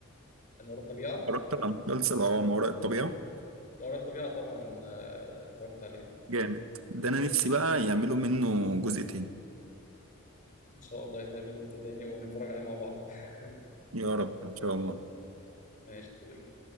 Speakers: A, on the left; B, on the right.
A: انا ورا الطبيعه
B: اتفرجت على مسلسل اه ما وراء الطبيعة
A: ما وراء الطبيعه طبعا آه اتفرجت عليه
B: جامد ده انا نفسي بقى يعملوا منه جزء تاني
A: ان شاء الله يتعمل منه جزء تاني ونتفرج عليه مع بعض <laughs>
B: يا رب ان شاء الله
A: ماشي يا صديقي